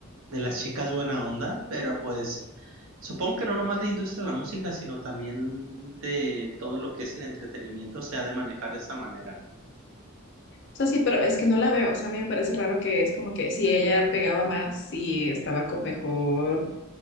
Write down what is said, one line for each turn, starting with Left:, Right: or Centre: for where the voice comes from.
Right: de las chicas buena onda, pero pues supongo que no nomás la industria de la música, sino también de todo lo que es el entretenimiento se ha de manejar de esa manera.
Left: O sea, sí, pero es que no la veo. O sea, a mí me parece raro que es como que si ella pegaba más y estaba con mejor,